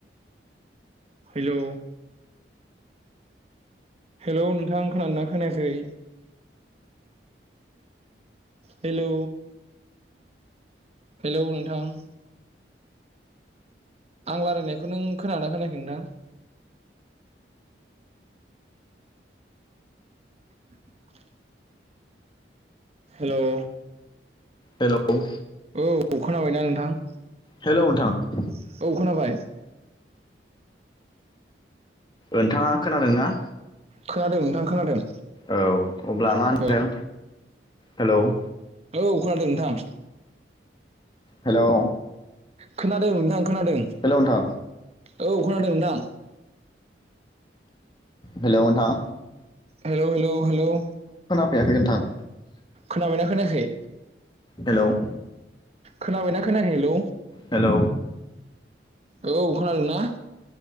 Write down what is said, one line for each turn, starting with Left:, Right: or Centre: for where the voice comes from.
Right: हेलौ हेलौ नोंथां खोदोंना खोनायाखै? हेलौ हेलौ नोंथां। आं लारायनायखौ नों खोनादों खोनायाखै नोंथां? <inaudible> हेल'?
Left: हेल'?
Right: औ खोनाबायना नोंथां?
Left: हेल' नोंथां।
Right: औ खोनाबाय
Left: ओनथाङा खोनादोंना?
Right: खोनादों नोंथां खोनादों।
Left: औ अब्ला मा
Right: औ
Left: होनदों हेल'?
Right: औ खोनादों नोंथां।
Left: हेलौ
Right: खोनादों नोंथां खोनादों
Left: हेलौ नोंथां
Right: औ खोनादों नोंथां।
Left: हेल' नोंथां।
Right: हेल' हेल' हेल'
Left: फैयाखै नोंथां।
Right: खोनाबायना खोनायाखै?
Left: हेल'?
Right: खोनाबायना खोनाखै हेल'?
Left: हेलौ
Right: औ खोनादोंना?